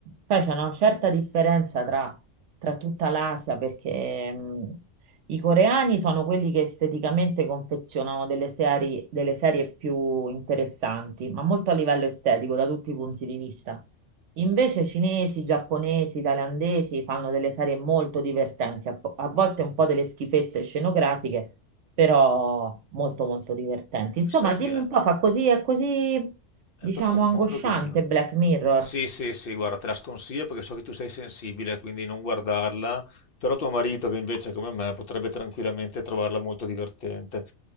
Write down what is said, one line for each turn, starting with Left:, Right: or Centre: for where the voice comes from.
Right: Poi c'è una certa differenza tra, tra tutta l'Asia, perché mh, i coreani sono quelli che esteticamente confezionano delle serie, delle serie più interessanti, ma molto a livello estetico, da tutti i punti di vista. Invece cinesi, giapponesi, thailandesi fanno delle serie molto divertenti, a, po- a volte un po' delle schifezze scenografiche, però molto molto divertenti. Insomma,
Left: Sai
Right: dimmi
Left: che
Right: un po', fa così, è così,
Left: È
Right: diciamo,
Left: proprio un
Right: angosciante
Left: mondo che ignoro.
Right: Black Mirror.
Left: Sì, sì, sì, guarda, te la sconsiglio perché so che tu sei sensibile, quindi non guardarla, però tuo marito, che invece come me, potrebbe tranquillamente trovarla molto divertente.